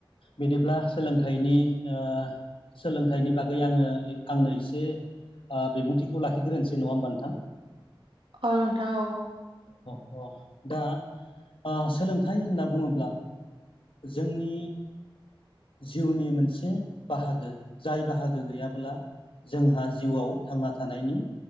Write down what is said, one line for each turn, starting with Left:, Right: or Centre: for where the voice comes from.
Left: बिदिब्ला सोलोंथाइनि ओ सोलोंथाइनि बागै आङो आंनो एसे ओ बिबुंथिखौ लाखिग्रोनोसै नङा होमबा नोंथां?
Right: औ नोंथां औ
Left: अ दा ओ सोलोंथाइ होनना बुङोब्ला जोंनि जिउनि मोनसे बाहागो जाय बाहागो गैयाबोला जोंहा जिउआव थांना थानायनि